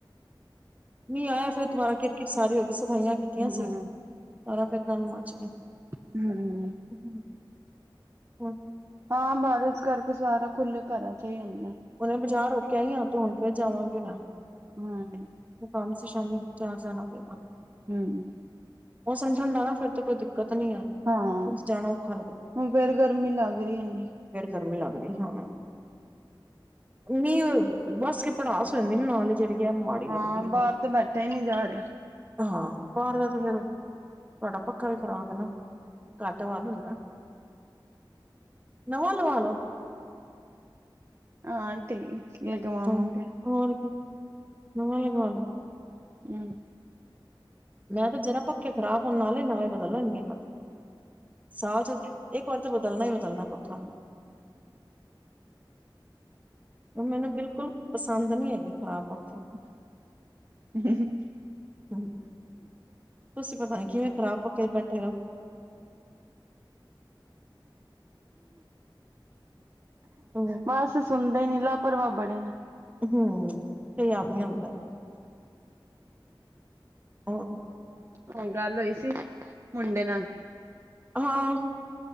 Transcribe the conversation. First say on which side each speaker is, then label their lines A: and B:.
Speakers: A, on the right (about 20°); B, on the right (about 35°).
A: ਮੀਂ ਆਇਆ, ਫੇਰ ਦੁਬਾਰਾ ਕਿਰ ਕਿਰ ਸਾਰੀ ਹੋਇਆ, ਸਫਾਈਆਂ ਕਿਆ
B: ਹੂੰ,
A: ਸੀ, ਸਾਰਾ ਫਿਰ ਸਾਨੂੰ ਮਚ ਗਿਆ।
B: <unintelligible> ਹੂੰ
A: <unintelligible> ਹਉ ਹੋਰ?
B: ਹਾਂ ਬਾਰਿਸ਼ ਕਰਕੇ ਸਾਰਾ ਖੁੱਲੇ ਘਰਾ ਚ ਹੀ ਹੁੰਦਾ।
A: ਉਹਨੇ ਬਜਾ ਰੋਕਿਆ ਹੀ ਆ, ਤੇ ਹੁਣ ਫੇਰ ਜਾਵਾਂਗੇ ਮੈਂ
B: ਹਾਂ,
A: ਕੰਮ ਸੀ, ਸ਼ਾਮੀ ਬਜ਼ਾਰ ਜਾਨਾ ਪਊਗਾ।
B: ਹੂੰ
A: ਮੋਸਮ ਠੰਡਾ ਨਾ ਫੇਰ ਤਾਂ ਕੋਈ ਦਿੱਕਤ ਨੀ ਹੈ।
B: ਹਾਂ
A: ਜਾਣਾ ਔਖਾ
B: ਹੁਣ ਫੇਰ ਗਰਮੀ ਲੱਗ ਰਹੀ ਏਨੀ,
A: ਫਿਰ ਗਰਮੀ ਲੱਗ ਰਈ ਹਾਂ। ਨਹੀਂ ਓਹ ਬਸ ਪੜਾਸ ਹੋ ਜਾਦੀ ਐ, ਨਾਲ ਐ ਜਿਹੜੀ ਹੈ ਮਾੜੀ
B: ਹਾਂ
A: ਲੱਗਦੀ
B: ਬਾਹਰ
A: ਹੈ
B: ਤੋਂ ਬੈਠਾ ਹੀ ਨਹੀਂ ਜਾ ਰਿਹਾ।
A: ਹਾਂ ਬਾਹਰ ਦਾ ਤੇ ਫੇਰ ਤੁਹਾਡਾ ਪੱਖਾ ਵੀ ਖ਼ਰਾਬ ਹੈ ਨਾ, ਘੱਟ ਵੱਧ ਹੁੰਦਾ। ਨਵਾ ਲਵਾ ਲੋ,
B: ਹਾਂ ਠੀਕ, ਲਗਵਾਵਾਂਗੇ
A: ਹਾਂ ਹੋਰ ਕੀ ਨਵਾ ਲਵਾਲੋ।
B: ਹੂੰ,
A: ਮੈਂ ਤਾਂ ਜਰਾ ਪੱਖੀ ਖਰਾਬ ਹੋਣ ਦੇ, ਨਾਲ ਨਵਾਂ ਬੱਦਲ ਲੈਂਦੀ ਆ। ਸਾਲ ਚ ਇੱਕ ਵਾਰ ਤਾਂ ਬਦਲਣਾ ਹੀ ਬਦਲਣਾ ਪੱਖਾ, ਉਹ ਮੈਨੂੰ ਬਿਲਕੁਲ ਪਸੰਦ ਨਹੀਂ ਹੈਗੇ ਖ਼ਰਾਬ ਪੱਖੇ,
B: <unintelligible>
A: ਹੂੰ, ਤੁਸੀਂ ਪਤਾ ਨੀ ਕਿਵੇਂ ਖ਼ਰਾਬ ਪੱਕੇ ਬੈਠੇ ਹੋ। ਹੂੰ
B: ਬਸ ਸੁਣਦੇ ਨੀ ਲਾਪਰਵਾ ਬੜੇ ਨੇ,
A: ਹੂੰ, ਕਈ ਯਾਦ ਨਹੀਂ ਆਉਂਦਾ। ਹੋਰ?
B: ਉਹ ਗੱਲ ਹੋਈ ਸੀ, ਮੁੰਡੇ ਨਾਲ
A: ਹਾਂ,